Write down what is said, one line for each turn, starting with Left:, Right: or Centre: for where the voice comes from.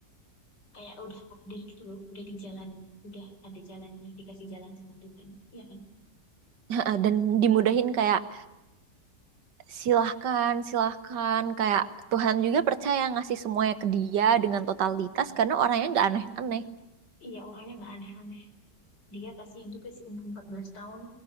Left: Kayak udah takdir gitu loh, udah di jalan, udah ada jalannya, dikasih jalan sama Tuhan, iya kan?
Right: <laughs> Dan dimudahin kayak silahkan, silahkan. Kayak Tuhan juga percaya ngasih semuanya ke dia dengan totalitas karena orangnya nggak aneh-aneh.
Left: Iya, orangnya nggak aneh-aneh. Dia kasihan juga sih, umur 14 tahun